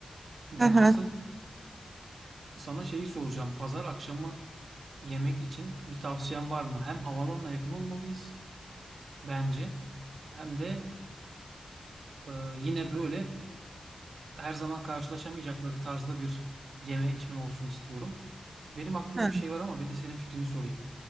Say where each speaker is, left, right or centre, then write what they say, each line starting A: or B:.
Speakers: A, on the right (about 85°); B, on the right (about 45°).
A: Ben
B: Hı hı.
A: asıl Sana şeyi soracağım. Pazar akşamı yemek için bir tavsiyen var mı? Hem havalanına yakın olmalıyız bence. Hem de e, yine böyle her zaman karşılaşamayacakları tarzda bir yeme içme olsun istiyorum. Benim aklımda
B: Ha,
A: bir şey var ama bir de senin fikrini sorayım.